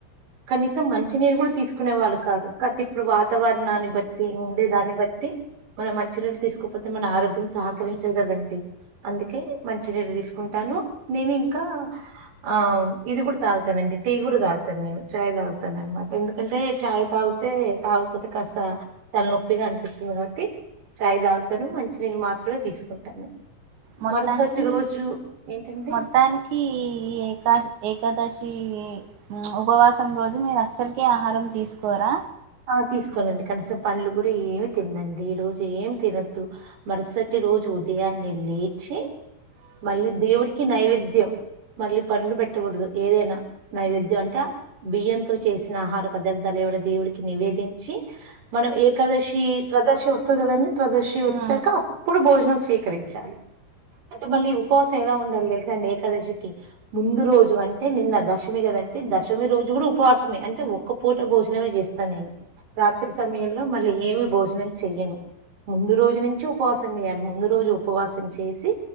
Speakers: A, on the right; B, on the right.
A: కనీసం మంచినీరు కూడా తీసుకునే వాళ్ళు కాదు కాతే ఇప్పుడు వా. తవరణాన్ని బట్టి ఉండే దాన్ని బట్టి. మనం మంచినీరు తీసుకోపోతే మన ఆరోగ్యం సహకరించదు కదండి, అందుకే మంచినీరు తీసుకుం. టాను నేను ఇంకా ఆ ఇది కూడా తాగుతానండి, టీ కూడా తాగుతాను నేను చాయ్ తాగ్. తాగుతాననమాట ఎందుకంటే చాయ్ తాగితే తాగు. కాకపోతే కాస్త తలనొప్పిగా అనిపిస్తుంది కాబట్టి. చాయ్ తాగుతాను మంచినీళ్ళు మాత్రమే తీసుకుంటాను
B: మొత్తానికి,
A: మరుసటి రోజు ఏంటంటే
B: మొత్తానికి ఈ ఏకా, ఏకాదశి. ఈ ఉపవాసం రోజు మీరు అస్సలకే ఆహారం తీసుకోరా?
A: ఆ తీసుకోనండి కనిసం పల్లు కూడా ఏమి తినండి ఈ రోజు ఏమి తినద్దు మరుసటి రోజు ఉదయాన్నే లేచి మళ్ళీ దేవుడికి నైవేద్యం మళ్ళీ పండ్లు పెట్టకూడదు ఏదైనా నైవేద్యం అంటే బియ్యంతో చేసిన ఆహార పదార్థాలు డు దేవుడు నివేదించి మనం ఏకాదశి త్రదర్శి వస్తుంది కదండి త్రదశి వచ్చాక
B: ఆ
A: అప్పుడు ఇప్పుడు భోజనం స్వీకరించాలి అంటే మళ్ళీ ఉపవాసం ఎలా ఉండాలి తెలిసండి ఏకాదశికి ముందు రోజు అంటే నిన్న దశమి కద అంటే దశమి రోజు కూడా ఉపవాసమే అంటే ఒక్క పూట భోజనమే చేస్త నేను రాత్రి సమయంలో మళ్ళీ ఏమి భోజనం చెయ్యను ముందు రోజు నుంచి ఉపవాసం చేయాలి ముందు రోజు ఉపవాసం చేసి